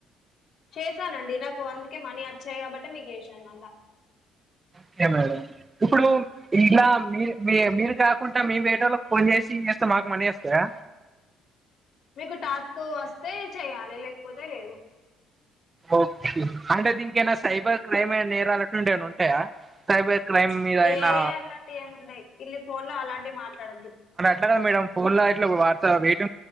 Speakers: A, on the left; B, on the right.
A: చేశానండి నాకు అందుకే మనీ వచ్చాయి కాబట్టే మీకు చేసాను మళ్ళా
B: ఒకే మేడం ఇప్పుడు ఇలా మీ మీ మీరు కాకుంట మే వేరేలో ఫోన్ చేసి చేస్తే మాకు మనీ వస్తాయ
A: మీకు టాస్క్ వస్తే చెయ్యాలి లేకపోతే లేదు
B: ఒకే అంటే దీనికేనా సైబర్ క్రైమ్ అ నేరాలటుంటే ఏమనా ఉంటాయా సైబర్ క్రైమ్
A: ప్చ్
B: మీద
A: ఏ
B: అయినా
A: అలాంటివి ఏమి ఉండయి ఇల్ ఫోన్ లో అలాంటి మాట్లాడద్దు
B: అంట మేడమ్ ఫోన్ లో అట్లా ఇ వత వయిట్